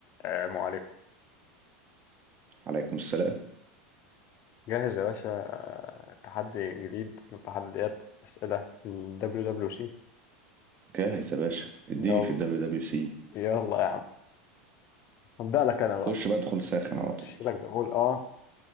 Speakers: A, on the left; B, on the right.
A: آه، عليك
B: عليكم السلام
A: جاهز يا باشا آه، تحدي جديد من تحديات أسئلة في ال WWC
B: جاهز يا باشا اديني
A: يلا
B: في الدبليو دبليو سي
A: يلا يا عم هبدأ لك أنا بقى
B: خش بقى ادخل ساخن على طول
A: شيلك ده هول أه